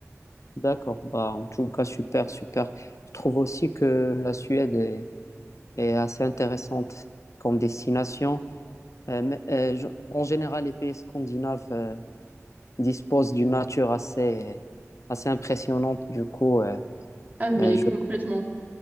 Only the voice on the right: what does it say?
Ah, mais
complètement.